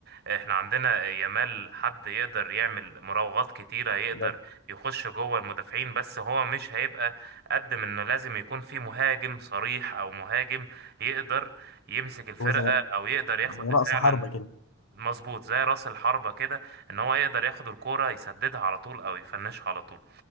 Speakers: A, on the right; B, on the left.
A: احنا عندنا يامال حد يقدر يعمل مراوغات كتيرة يقدر
B: بالظبط.
A: يخش جوه المدافعين بس هو مش هيبقى قد ما انه لازم يكون في مهاجم صريح او مهاجم يقدر يمسك الفرقه
B: هو زي
A: او يقدر ياخد
B: زي رأس
A: فعلا
B: حربة كده
A: مظبوط زي راس الحربة كده ان هو يقدر ياخد الكوره يسددها على طول او يفنشها على طول